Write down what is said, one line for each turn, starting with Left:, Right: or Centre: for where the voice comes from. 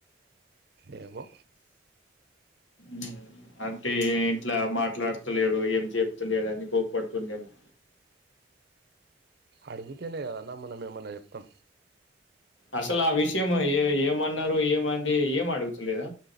Right: ఏమో
Left: ఉమ్ అంటే ఇంట్లా మాట్లాడతలేడు ఏం చెప్తలేడు అని కోపడుతుందేమొ
Right: అడుగుతేనే కదన్న మనం ఏమన్నా చెప్తాం
Left: అసలు ఆ విషయం ఏ ఏమన్నారు ఏమంది ఏం అడుగుతులేదా